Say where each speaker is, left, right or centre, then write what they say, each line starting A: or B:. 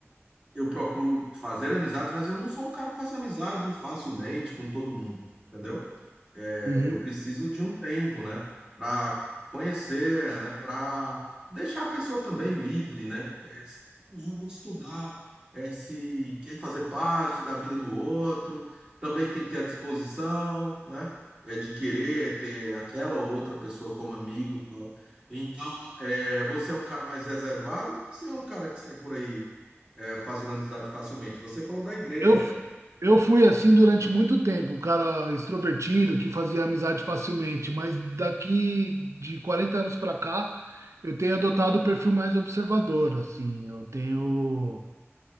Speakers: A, on the right (about 20°); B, on the right (about 85°).
A: eu procuro fazer amizades, mas eu não sou um cara que faça amizade facilmente com todo mundo, entendeu? É,
B: Uhum.
A: eu preciso de um tempo, né, para conhecer, né, para deixar a pessoa também livre, né, é, realmente estudar é, se quer fazer parte da vida do outro, também tem que ter a disposição, né, é, de querer ter aquela ou outra pessoa como amigo, e tal. Então, é, você é um cara mais reservado? Você é um cara que sai por aí é, fazendo amizade facilmente. Você falou da igreja
B: Eu,
A: até.
B: eu fui assim durante muito tempo, o cara extrovertido que fazia amizade facilmente, mas daqui de 40 anos para cá, eu tenho adotado o perfil mais observador, assim, eu tenho